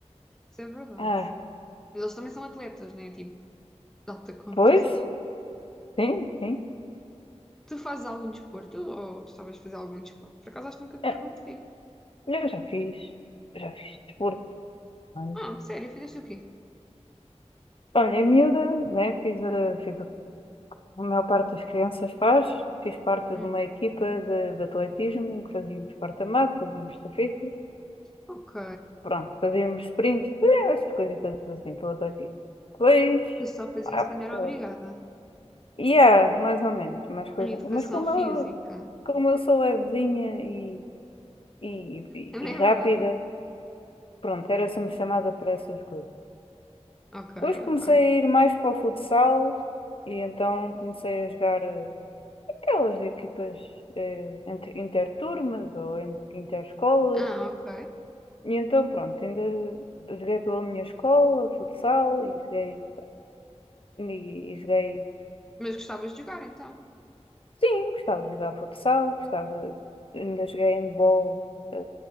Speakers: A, in the centre; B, on the left.
A: isso é verdade.
B: Ah,
A: Mas eles também são atletas, né? Tipo, de alta competição.
B: pois, sim, sim.
A: Tu fazes algum desporto ou gostavas de fazer algum desporto? Por acaso acho que nunca te
B: Ah,
A: perguntei.
B: Eu já fiz, já fiz desporto, mas...
A: Ah, sério, fizeste o quê?
B: Olha, a miúda, né, fiz, a, fiz A maior parte das crianças faz. Fiz parte
A: Hum,
B: de uma equipa de, de atletismo em que fazíamos porta-mato, fazíamos estafetas,
A: ok.
B: pronto, fazíamos sprints, eh, essas coisitas assim pelo atletismo. Depois,
A: Eu só fazia
B: ah,
A: isso quando era
B: pá,
A: obrigada.
B: yeah, mais ou menos, mais coisa.
A: Em educação
B: Mas como
A: física.
B: eu, como eu sou levezinha e, e, e-
A: Também
B: e rápida,
A: é verdade.
B: pronto, era sempre chamada para essas coisas.
A: Ok,
B: Depois comecei
A: ok.
B: a ir mais para o futsal e então comecei a jogar. eh, aquelas equipas eh, entre, interturmas ou en- interescolas.
A: Ah, ok.
B: E então, pronto, ainda joguei pela minha escola, futsal, e joguei, e, e joguei,
A: Mas gostavas de jogar então?
B: sim, gostava de jogar futsal, gostava, ainda joguei handball eh,